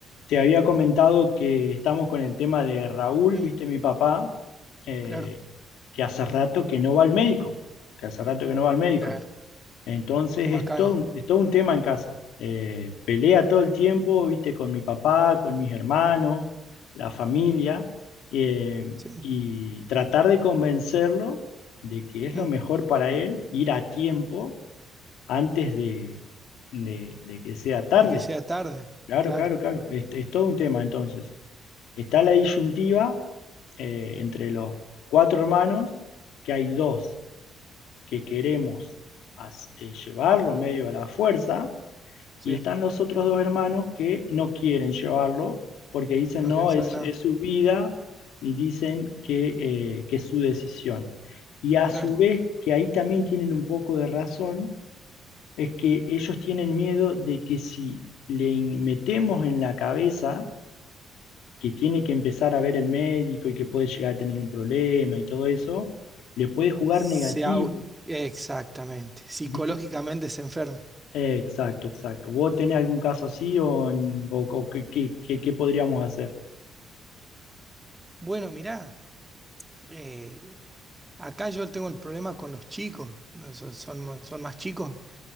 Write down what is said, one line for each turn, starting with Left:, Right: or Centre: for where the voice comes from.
Left: Te había comentado que estamos con el tema de Raúl,
Right: Sí,
Left: viste mi papá, eh,
Right: claro,
Left: que hace rato que no va al médico, que hace rato que no va al médico.
Right: claro,
Left: Entonces
Right: qué macana,
Left: es todo, un- es todo un tema en casa. Eh, pelea todo el tiempo, viste, con mi papá, con mis hermanos, la familia, eh,
Right: sí,
Left: y tratar de convencerlo de que es
Right: mm,
Left: lo mejor para él ir a tiempo antes de, de- de que sea tarde.
Right: de que sea tarde,
Left: Claro,
Right: claro,
Left: claro, claro. es es todo un tema entonces. Está la disyuntiva eh, entre los cuatro hermanos, que hay dos que queremos as- eh, llevarlo medio a la fuerza,
Right: sí,
Left: y están los otros dos hermanos que no quieren llevarlo porque dicen,
Right: no
Left: no,
Right: quieren saber
Left: es,
Right: nada,
Left: es su vida y dicen que, eh, que es su decisión. Y a
Right: claro,
Left: su vez, que ahí también tienen un poco de razón, es que ellos tienen miedo de que si le in- metemos en la cabeza, que tiene que empezar a ver el médico y que puede llegar a tener un problema y todo eso, le puede jugar
Right: se
Left: negativo,
Right: au- exactamente, psicológicamente
Left: ¿viste?
Right: se enferme.
Left: Eh, exacto, exacto. ¿Vos tenés algún caso así o, en- o- o qué, qué- qué- qué podríamos hacer?
Right: Bueno, mirá, eh, acá yo tengo el problema con los chicos, no, son, son, mo- son más chicos,